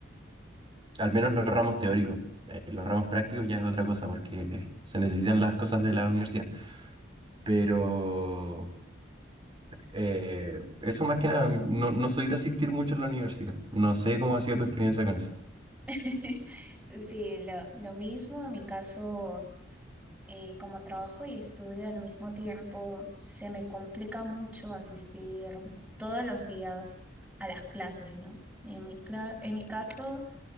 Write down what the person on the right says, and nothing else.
Al menos los ramos teóricos. Eh, los ramos prácticos ya es otra cosa porque se necesitan las cosas de la universidad. Pero eh, eso más que nada, no, no soy de asistir mucho a la universidad. No sé cómo ha sido tu experiencia con eso.